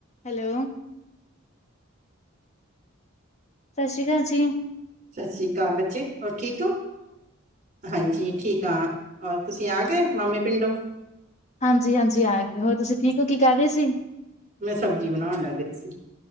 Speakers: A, on the left (about 35°); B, on the right (about 35°).
A: ਹੈਲੋ ਸਤਿ ਸ਼੍ਰੀ ਅਕਾਲ ਜੀ।
B: ਸਤਿ ਸ੍ਰੀ ਅਕਾਲ ਬੱਚੇ, ਹੋਰ ਠੀਕ ਓਂ? ਹਾਂਜੀ। ਠੀਕ ਆਂ, ਹੋਰ ਤੁਸੀ ਆ ਗਏ, ਮਾਮੇ ਪਿੰਡੋ?
A: ਹਾਂਜੀ-ਹਾਂਜੀ, ਆਗੇ। ਹੋਰ, ਤੁਸੀਂ ਠੀਕ ਹੋਂ, ਕੀ, ਕਰ ਰਹੇ ਸੀ?
B: ਮੈਂ ਸਬਜ਼ੀ ਬਣਾਉਣ ਲੱਗ ਰਹੀ ਸੀ।